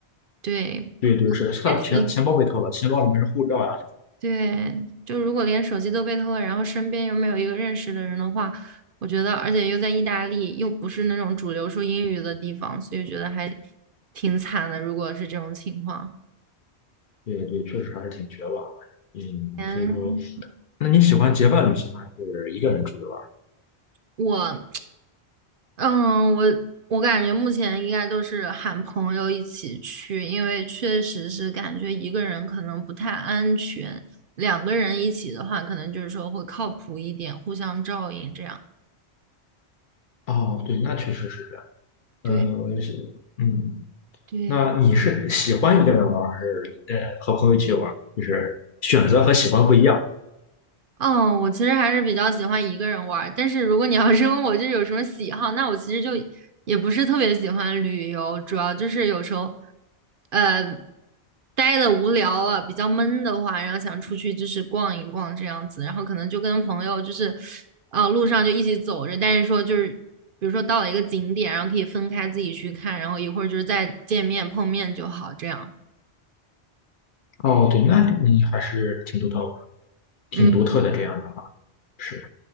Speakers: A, on the right (about 60°); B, on the left (about 55°).
A: 对，
B: 对对，是是他的钱钱包被偷了，
A: 连手
B: 钱包里面是护照呀、
A: 对，就如果连手机都被偷了，然后身边又没有一个认识的人的话，我觉得，而且又在意大利，又不是那种主流说英语的地方，所以觉得还挺惨的。如果是这种情况。
B: 对对，确实还是挺绝望的。嗯，
A: 前
B: 所以说，那你喜欢结伴旅行还是一个人出去玩？
A: 我，嗯，我我感觉目前应该都是喊朋友一起去，因为确实是感觉一个人可能不太安全，两个人一起的话，可能就是说会靠谱一点，互相照应这样。
B: 哦，对，那确实是这样。嗯，
A: 对
B: 我也是，嗯。
A: 对，
B: 那你是喜欢一个人玩还是呃和朋友一起玩就是选择和喜欢不一样。
A: 嗯，我其实还是比较喜欢一个人玩儿但是如果你要 <laughs> 是问我就是有什么喜好，那我其实就也不是特别喜欢旅游，主要就是有时候，呃，待的无聊了，比较闷的话，然后想出去就是逛一逛这样子，然后可能就跟朋友就是，啊，路上就一起走着，但是说就是，比如说到了一个景点，然后可以分开自己去看，然后一会儿就是再见面碰面就好，这样。
B: 哦，对，那你还是挺独特，挺独特的这样的话
A: 嗯。
B: 是。